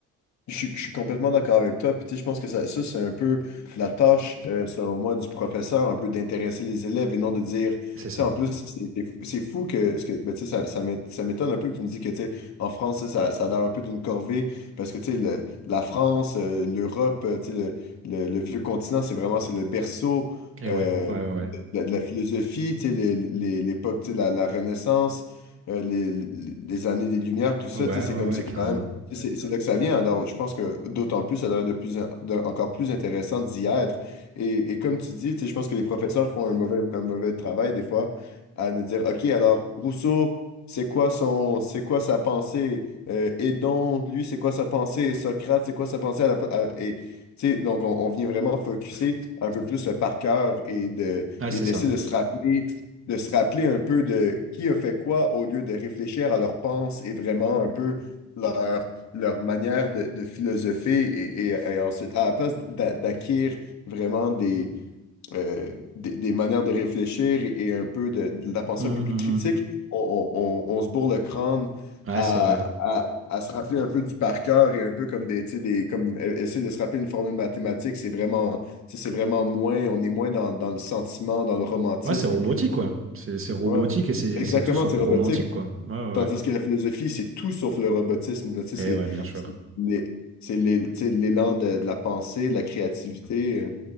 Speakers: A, on the left (about 65°); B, on the right (about 45°).
A: Je, suis je suis complètement d'accord avec toi. Puis, tu sais, je pense que ça, ça, c'est un peu la tâche, euh, selon moi, du professeur, un peu d'intéresser les élèves et non de dire, tu
B: C'est ça.
A: sais, en plus, c'est c'est fou c'est fou que, ce que ben, tu sais, ça, ça m'é- ça m'étonne un peu que tu me dis que, tu sais, en France, ça, ça ça a l'air un peu d'une corvée parce que, tu sais, le- la France, euh, l'Europe, euh, tu sais, le, le, le vieux continent, c'est vraiment, c'est le berceau.
B: Et
A: euh,
B: ouais, ouais, ouais,
A: la- de la philosophie, tu sais, les- les- l'époque, tu sais, la, la Renaissance, euh, les, les- années des Lumières, tout ça,
B: ouais,
A: tu sais, c'est
B: ouais, ouais,
A: comme, c'est
B: ouais, carrément.
A: quand même, c'est c'est là que ça vient. Alors, je pense que d'autant plus, ça devrait être de plus, en- de- encore plus intéressant d'y être. Et, et comme tu dis, tu sais, je pense que les professeurs font un mauvais, un mauvais travail des fois à nous dire, OK, alors, Rousseau, c'est quoi son, c'est quoi sa pensée? Euh, Hédon, lui, c'est quoi sa pensée? Socrate, c'est quoi sa pensée? À la- à- et, tu sais, donc, on, on vient vraiment focuser un peu plus le par cœur et de,
B: Ah,
A: et
B: c'est
A: d'essayer
B: ça.
A: de se rappeler, de se rappeler un peu de qui a fait quoi au lieu de réfléchir à leurs pensées et vraiment un peu leur, leur manière de, de philosopher et, et- et ensuite, à la place d'a- d'acquérir vraiment des, euh, des, des manières de réfléchir et, un peu de, de la pensée
B: Hum,
A: un peu plus
B: hum,
A: critique,
B: hum.
A: on, on- on- on se bourre le crâne
B: Ouais,
A: à,
B: c'est vrai.
A: à- à se rappeler un peu du par cœur et un peu comme des, tu sais, des comme e- essayer de se rappeler une formule mathématique, c'est vraiment, tu sais, c'est vraiment moins, on est moins dans, dans le sentiment, dans le romantisme.
B: Ouais, c'est robotique, ouais. C'est c'est robotique
A: Ouais.
B: et c'est
A: Exactement,
B: c'est tout sauf
A: c'est
B: romantique,
A: robotique.
B: quoi. Ouais,
A: Tandis
B: ouais,
A: que la philosophie, c'est tout sauf le robotisme. là, tu
B: ouais.
A: sais, c'est
B: Et ouais, bien sûr.
A: c'est les- c'est les- tu sais, l'élan de, de la pensée, de la créativité.